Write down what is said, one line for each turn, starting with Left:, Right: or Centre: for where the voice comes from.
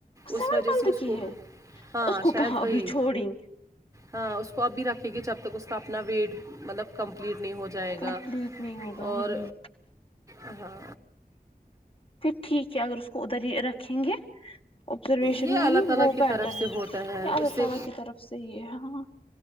Left: سیونتھ
Right: اس وجہ
Left: منتھ
Right: سے اس
Left: کی
Right: کو
Left: ہے
Right: ہاں
Left: تو اس کو
Right: شاید
Left: کہاں ابھی
Right: وہی
Left: چھوڑیں
Right: ہاں اس کو اب بھی رکھیں گی جب تک اس کا اپنا ویٹ مطلب کمپلیٹ نہیں ہو جائے
Left: کمپلیٹ
Right: گا
Left: نہیں ہوگا ہوں
Right: اور
Left: ہوں
Right: ا ہاں
Left: پھر ٹھیک ہے اگر اس کو ادھر ہی رکھیں گے ابزرویشن
Right: یہ
Left: میں
Right: اللہ
Left: ہی
Right: تعالیٰ
Left: وہ
Right: کی
Left: بیٹر
Right: طرف سے
Left: ہے
Right: ہوتا
Left: یہ اللہ
Right: اس سے
Left: تعالی کی طرف سے ہی ہے ہاں